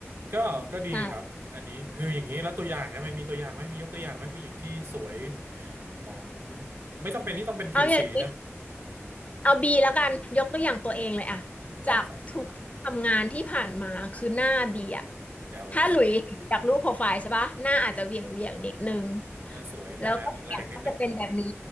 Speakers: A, on the right; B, on the left.
A: ก็ก็ดีครับอันนี้คืออย่างนี้แล้วตัวอย่างนะมันมีตัวอย่างไหมมียกตัวอย่างไหมผู้หญิงที่สวย
B: ใช่
A: ของไม่จำเป็นที่ต้องเป็นผิวสีนะ
B: เอาอย่างนี้
A: อืม
B: เอาบีแล้วกันยกตัวอย่างตัวเองเลยอะจากทุกที่ทำงานที่ผ่านมาคือหน้าบีอะ
A: ได้ครับแจ๋วเลย
B: ถ้าหลุยเห็นจากรูปโปรไฟล์ใช่ปะหน้าอาจจะเหวี่ยงเหวียงนิดนึง
A: หน้าสวยแต่แรงนิดหนึ่ง
B: แล้วก็เสียงก็จะเป็นแบบนี้